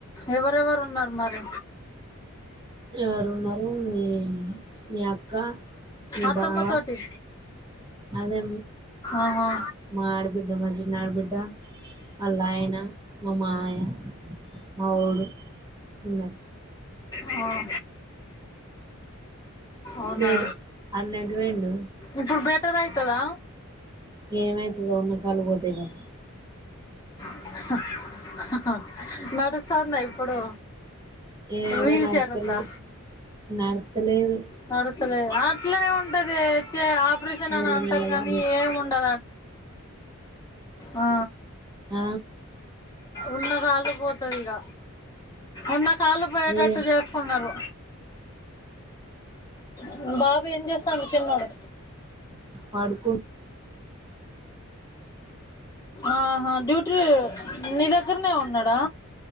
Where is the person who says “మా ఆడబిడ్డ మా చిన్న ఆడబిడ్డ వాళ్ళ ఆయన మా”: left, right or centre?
Right